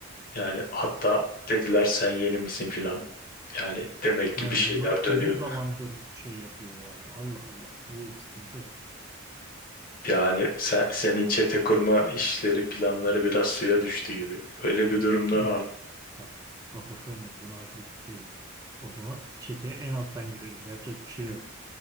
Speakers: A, on the left; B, on the right.
A: Yani hatta dediler sen yeni misin filan. Yani demek ki
B: Ve
A: bir şeyler
B: onlar uzun
A: dönüyor.
B: zamandır şey yapıyor yani Allah Allah. O sıkıntı
A: Yani sen- senin çete kurma işleri, planları biraz suya düştü gibi. Böyle bir durumda
B: tüh bak, bak hoş olmadı buna hazırlıklı değildim. O zaman çeteye en alttan girerim yapacak bir şey yok.